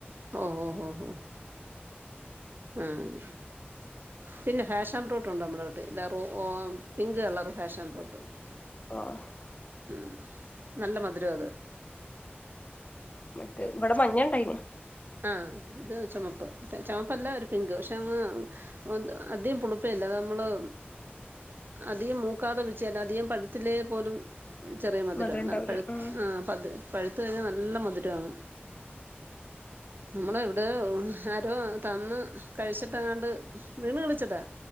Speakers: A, on the right (about 55°); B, on the left (about 35°).
A: ഓ ഹും ഹും ഉും പിന്നെ ഫാഷൻ ഫ്രൂട്ടുണ്ടമ്മടെ വീട്ടിൽ ലറുഓ പിങ്ക് കളർ ഫാഷൻ ഫ്രൂട്ട്
B: ഓഹ്
A: ഉം നല്ല മധുരാത്
B: മറ്റേ ഇവിടെ മഞ്ഞയിണ്ടായിന്
A: ആഹ് ഇത് ചൊമപ്പ് ചൊമപ്പല്ല ഒരു പിങ്ക് പക്ഷെന്ന് അത് അധികം പുളിപ്പേല്ല അതമ്മള് അധികം മൂക്കാതെ വെച്ചയല്ല അധികം പഴു ത്തില്ലേ പോലും ചെറിയ മധുരാ.
B: മധുരം ഇണ്ടാവൂല
A: നല്ല പഴ്
B: ആഹ്
A: പത് പഴുത്ത് കഴിഞ്ഞാൽ നല്ല മധുരാങ്ങ്. നമ്മള് എവിടെയോ ആരോ തന്ന് കഴിച്ചിട്ടങ്ങാണ്ട് വീണ് കിളിച്ചതാ